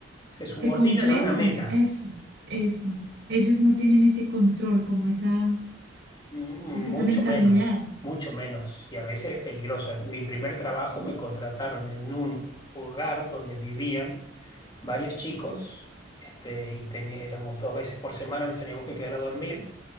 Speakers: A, on the left; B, on the right.
A: se subordinan
B: se completan,
A: a una meta,
B: eso, eso. Ellos no tienen ese control, como esa,
A: Mm,
B: esa
A: mucho
B: mentalidad.
A: menos, mucho menos, y a veces es peligroso. En Mi primer trabajo me contrataron en un hogar donde vivían varios chicos, este, y teni- éramos dos veces por semana, nos teníamos que quedar a dormir,